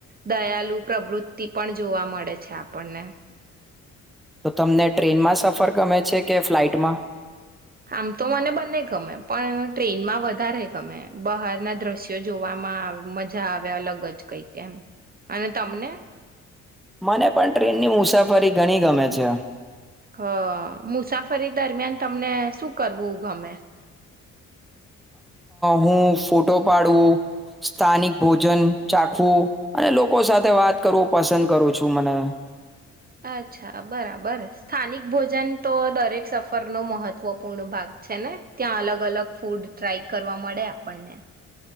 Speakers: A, on the right; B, in the centre.
A: દયાલુ પ્રવૃત્તિ પણ જોવા મળે છે આપણને
B: તો તમને ટ્રેનમાં સફર ગમે છે કે ફ્લાઇટમાં
A: આમ તો મને બને ગમે પણ ટ્રેનમાં વધારે ગમે બહાર ના દ્રશ્યો જોવામાં મજા આવે અલગ જ કઈ કે એમ અને તમને
B: મને પણ ટ્રેનની મુસાફરી ઘણી ગમે છે
A: હ મુસાફરી દરમિયાન તમને શું કરવું ગમે
B: હું ફોટો પાડવું સ્થાનિક ભોજન ચાખવું અને લોકો સાથે વાત કરવું પસંદ કરું છું મને
A: અચ્છા બરાબર સ્થાનિક ભોજન તો દરેક સફરનોો મહત્વપૂર્ણ ભાગ છે ને ત્યાં અલગ અલગ ફૂડ ટ્રાય કરવા મળે આપણને